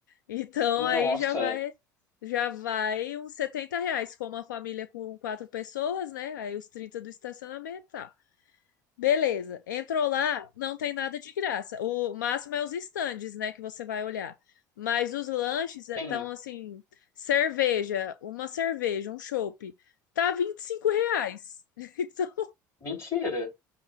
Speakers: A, on the left; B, on the left.
A: Então aí
B: Nossa,
A: já vai já vai uns 70 reais. Se for uma família com quatro pessoas, né? Aí os 30 do estacionamento, tá. Beleza. Entrou lá, não tem nada de graça. O máximo é os estandes, né? Que você vai olhar. Mas os lanches estão
B: sim.
A: assim: cerveja, uma cerveja, um chopp. Tá 25 reais. <laughs> Então,
B: Mentira.